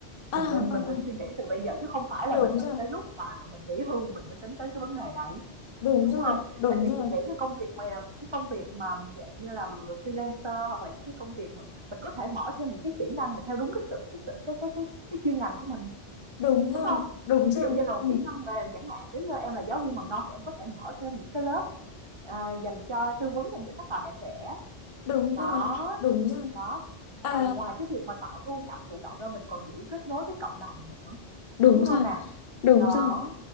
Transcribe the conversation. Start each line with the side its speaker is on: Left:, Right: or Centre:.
Right: Mình
Left: à, à,
Right: nên mình nên
Left: à.
Right: suy nghĩ từ bây giờ chứ không phải là
Left: đúng
Right: mình đợi
Left: rồi
Right: tới lúc mà mình nghỉ hưu mình mới tính tới cái vấn đề đấy,
Left: đúng
Right: đúng
Left: rồi
Right: không?
Left: đúng
Right: Tại vì
Left: rồi
Right: chị nghĩ cái công việc mà cái công việc mà dạng như là freelancer hoặc là những cái công việc mà mình có thể mở thêm những cái kỹ năng mà theo đúng cái sự cái sự cái cái cái cái chuyên ngành của mình,
Left: đúng rồi
Right: đúng không?
Left: đúng rồi
Right: Ví dụ như là
Left: ừ.
Right: kỹ năng mềm chẳng hạn, nếu như em là giáo
Left: ừ,
Right: viên mầm non thì em có thể mở thêm những cái lớp Ờ, dành cho tư vấn dành cho các bà mẹ trẻ.
Left: đúng
Right: Đó,
Left: rồi đúng rồi
Right: đó, ngoài
Left: à
Right: ngoài cái việc mà tạo thu nhập thụ động ra mình còn giữ kết nối với cộng đồng nữa,
Left: đúng
Right: đúng
Left: rồi
Right: không nè?
Left: đúng
Right: Đó.
Left: rồi